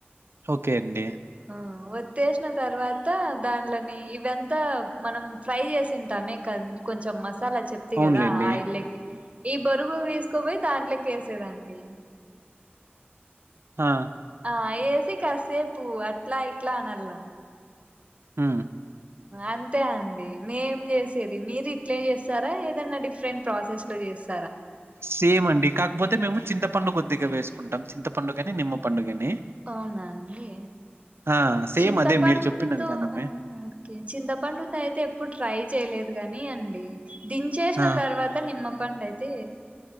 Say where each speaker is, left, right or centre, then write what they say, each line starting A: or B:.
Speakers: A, on the right (about 75°); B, on the right (about 30°).
A: ఓకే అండి
B: ఆ వత్ త్తేషిన తర్వాతా దాన్లనీ ఇవెంతా మనం ఫ్రై చేసింటామే కర్ కొంచెం మస్ సాలా చెప్తిగదా
A: అవునులెండి.
B: ఆయిల్లకి ఈ బొరుగుల్ తీస్కుపోయి దాంట్లోకేసేదండి
A: ఆ
B: ఆ ఏసి కాసేపు అట్లా ఇట్లా అనల్లా
A: ఆ
B: అంతే అండి మేం చేసేది మీరు ఇట్లే చేస్తారా ఏదన్నా డిఫరెంట్ ప్రాసెస్ లో చేస్త
A: సేమ్ అండి కాకపోతే మేము చింతపండు కొద్దిగా వేసుకుంటాం చింతపండుకనే నిమ్మ పండు గాని.
B: అవునా అండి
A: ఆ! సేమ్
B: చింతపండుతో
A: అదే మీరు చెప్పిన విధానమే.
B: ఓకే చింతపండుతో అయితే ఎప్పుడు ట్రై చేయలేదు కాని అండి దించేసిన
A: ఆ!
B: తర్వాత నిమ్మపండైతే